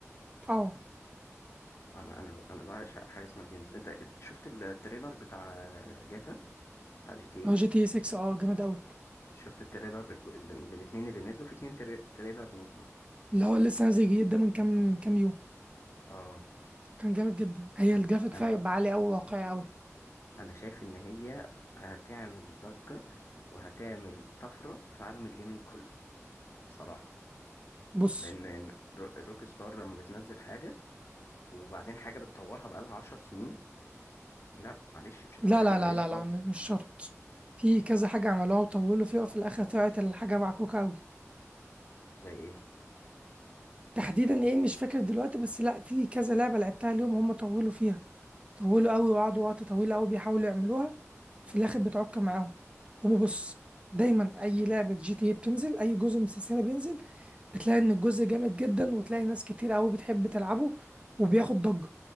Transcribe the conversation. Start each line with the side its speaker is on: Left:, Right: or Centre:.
Right: اه
Left: انا انا انا بعشق حاجه اسمها جيمز انت انت شفت التريلر بتاع جاتا بتاع جي تي اي
Right: اه جي تي 6 اه جامد قوي
Left: شفت التريلر الج- ال- الاتنين اللي نزلوا في اتنين تري- تريلر نزلوا
Right: اللي هو لسه نازل جديد ده من كام كام يوم
Left: اه
Right: كان جامد جدا هي الجرافيك
Left: انا
Right: فيها يبقى عالي قوي واقعي قوي
Left: انا شايف ان هي هتعمل ضجة وهتعمل طفرة في عالم الجيمنج كله بصراحة
Right: بص
Left: لان رو- روك ستار لما بتنزل حاجة وبعدين حاجة بتطورها بقالها عشر سنين لا معلش مش هتبقى
Right: لا
Left: حاجة
Right: لا
Left: قليلة
Right: لا لا
Left: خالص
Right: لا مش مش شرط في كذا حاجه عملوها وطولوا فيها وفي الاخر طلعت الحاجه معكوكه قوي
Left: زي ايه
Right: تحديدا ايه مش فاكر دلوقتي بس لا في كذا لعبه لعبتها اليوم هم طولوا فيها طولوا قوي وقعدوا وقت طويل قوي بيحاولوا يعملوها في الاخر بتعك معاهم هما بص دايما اي لعبه جي تي إيه بتنزل اي جزء من السلسله بينزل بتلاقي ان الجزء جامد جدا وتلاقي ناس كتير قوي بتحب تلعبه وبياخد ضجه